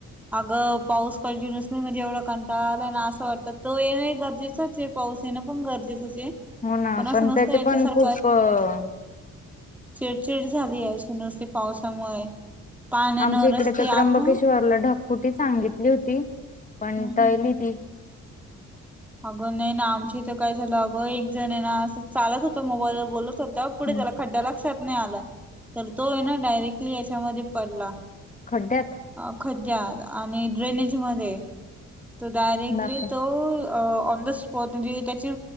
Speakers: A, in the centre; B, on the left.
A: अगं पाऊस कंटिन्युस नाही म्हणजे एवढा कंटाळा आलायना असं वाटतं तो येणे गरजेचं चे पाऊस येण पण गरजेचंच आहे
B: हो ना
A: पण असं नसत
B: त्याचे
A: याच्या
B: पण
A: सारखं
B: खूप अ,
A: चिड़चिड़ झालीय अशी नुसती पावसामुळे पाण्यानं
B: आमच्या इकडे
A: रस्ते
B: त्या त्र्यंबकेश्वरला
A: आता
B: ढकफुटी सांगितली होती, पण
A: हम्
B: टळली
A: हम्
B: ती
A: अगं नई ना आमचे इथे काय झालं अगं एक जणं ना असं चालत होता मोबाईलवर बोलत होता पुढे
B: हम्म
A: त्याला खड्डा लक्षात नाही आला, तर तोय ना डायरेक्टली त्या मध्ये पडला
B: खड्ड्यात
A: अ खड्यात आणि ड्रेनेज मध्ये, तो डायरेक्टली
B: बापरे
A: तो अ ऑन द स्पॉट म्हणजे त्याची